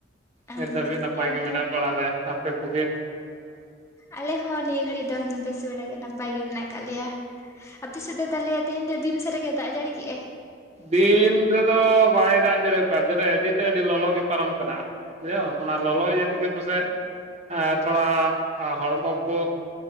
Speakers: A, on the left (about 15°); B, on the right (about 35°).
A: ᱦᱮᱸ
B: ᱱᱤᱛ ᱫᱷᱟᱹᱵᱤᱡ ᱱᱟᱯᱟᱭ ᱜᱮ ᱢᱮᱱᱟᱜ
A: ᱛᱚ
B: ᱵᱟᱲᱟ ᱞᱮᱭᱟ᱾ ᱟᱯᱮ ᱠᱚᱜᱮ?
A: ᱟᱞᱮ ᱦᱚᱸ ᱱᱤᱭᱟᱹ ᱜᱷᱟᱹᱲᱤᱡ ᱫᱚ ᱵᱮᱥ ᱵᱟᱲᱟ ᱜᱮ ᱱᱟᱯᱟᱭ ᱜᱮ ᱢᱮᱱᱟᱜ ᱠᱟᱜ ᱞᱮᱭᱟ᱾ ᱟᱯᱮ ᱥᱮᱫ ᱫᱚ ᱛᱟᱦᱟᱞᱮ ᱛᱮᱸᱦᱮᱧ ᱫᱚ ᱫᱤᱱ ᱥᱟᱨᱟ ᱜᱮ ᱫᱟᱜ ᱮ ᱡᱟᱹᱲᱤ ᱠᱮᱜᱟᱭ?
B: ᱫᱤᱱᱻ ᱨᱮᱫᱚ ᱵᱟᱭ ᱫᱟᱜ ᱡᱟᱹᱲᱤᱭᱟᱠᱟᱼᱟ ᱪᱮᱰᱮ ᱟᱹᱰᱤ ᱛᱮ ᱟᱹᱰᱤ ᱞᱚᱞᱚ ᱜᱮ ᱯᱟᱨᱚᱢ ᱠᱟᱱᱟ᱾ ᱤᱭᱟᱹ ᱚᱱᱟ ᱞᱚᱞᱚ ᱤᱭᱟᱹ ᱛᱮᱜᱮ ᱯᱟᱥᱮᱡ ᱮ ᱛᱷᱚᱲᱟ ᱦᱚᱲᱢᱚ ᱠᱚ